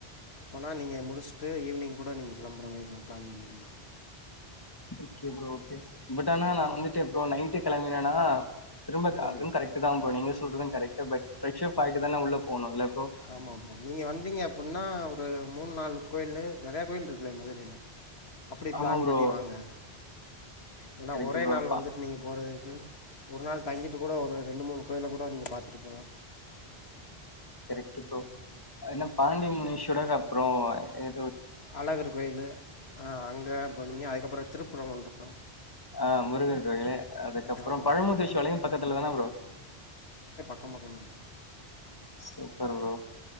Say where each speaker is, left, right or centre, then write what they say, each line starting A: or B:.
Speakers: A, on the left (about 80°); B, on the left (about 20°).
A: அப்போனா நீங்க முடிச்சுட்டு ஈவினிங் கூட நீங்க கிளம்புற மாரி பிளான் பண்ணிக்கலாம்
B: ஓகே ப்ரோ ஓகே பட் ஆனா நா வந்துட்டு ப்ரோ நைட்டு கிளம்புனேனா திரும்ப
A: ம்
B: அதுவும் கரெக்ட் தா ப்ரோ நீங்க சொல்றது கரெக்ட பட் ஃப்ரஷ்ஷப் ஆயிட்டு தானே உள்ள போணுல்ல ப்ரோ
A: ஆமா ப்ரோ நீங்க வந்தீங்க அப்டின்னா ஒரு மூணு நாலு கோயிலு நெறையா கோயில் இருக்குல்ல மதுரையில அப்படி
B: ஆமா
A: பிளான்
B: ப்ரோ
A: பண்ணி வாங்க ஏன்னா
B: கரெக்ட்
A: ஒரே
B: ப்ரோ
A: நாள்
B: பா
A: வந்துட்டு நீங்க போறது ஒரு நாள் தங்கிட்டு கூட ஒரு ரெண்டு மூணு கோயில கூட நீங்க பாத்துட்டு போலா
B: கரெக்டு ப்ரோ என்ன பாண்டி முனி ஷுடக அப்புறோ என
A: அழகர் கோயிலு அ அங்க போனீங் அதுக்கப்புறோ திருப் ப்புறங்குன்றோ
B: ஆ முருகன் கோயிலு அதுக்கப்புறோ
A: ஆமாம்
B: பழமுதிர்ச்சி
A: ப்ரோ
B: சோலையு பக்கத்துலதானே ப்ரோ
A: பக்கம்பக்கந்தா
B: சூப்பர் ப்ரோ